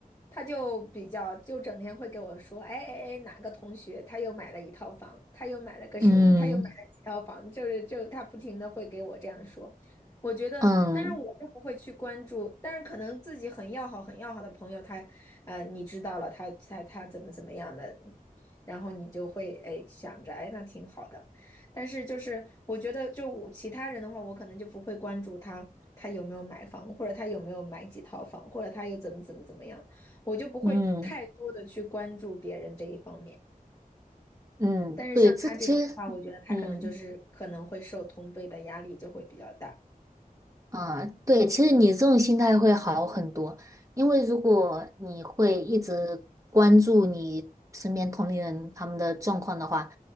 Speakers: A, on the left (about 25°); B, on the right (about 20°).
A: 她就比较，就整天会给我说，哎哎哎，哪个同学他又买了一套房，他又买了个什么，
B: 嗯
A: 他又买了几套房，就是就她不停的会给我这样说，我觉得，
B: 嗯。
A: 但是我就不会去关注，但是可能自己很要好、很要好的朋友，他，呃，你知道了，他他他怎么怎么样的，然后你就会哎想着，哎，那挺好的。但是就是我觉得，就我其他人的话，我可能就不会关注他他有没有买房，或者他有没有买几套房，或者他又怎么怎么怎么样，我就不会太多的去关注别人这一方面。
B: 嗯嗯，
A: 但是像他这种的话，
B: 对，这其实，
A: 我觉得他可能就是可能会受同辈的压力就会比较大。
B: 嗯啊，对，其实你这种心态会好很多，因为如果你会一直关注你身边同龄人他们的状况的话，